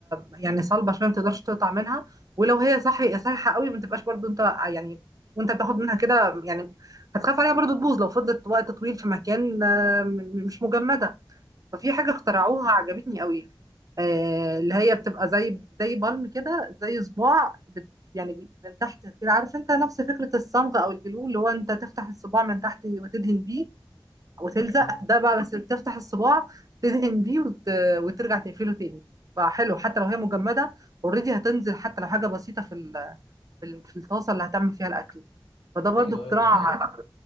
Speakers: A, on the right; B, on the left.
A: يعني صلبه شويه ما تقدرش تقطع منها ولو هي صحي صحيحه قوي ما تبقاش برضو انت يعني وانت بتاخد منها كده يعني هتخاف عليها برضو تبوظ لو فضلت وقت طويل في مكان آه، م- مش مجمده ففي حاجة اخترعوها عجبتني قوي آه اللي هي بتبقى زي زي بالم كده زي صباع بت يعني بي- من تحت كده عارف انت نفس فكرة الصمغ او الجلو اللي هو انت تفتح الصباع من تحت وتدهن بيه وتلزق
B: مم.
A: ده بقى بس تفتح الصباع تدهن بيه وت... وترجع تقفله تاني فحلو حتى لو هي مجمدة اوريدي هتنزل حتى لو حاجة بسيطة في ال... في ال- في الطاسة اللي هتعمل فيها الأكل فده برضو
B: ايوه
A: اختراع
B: ايوه ده حقيقي
A: <laughs>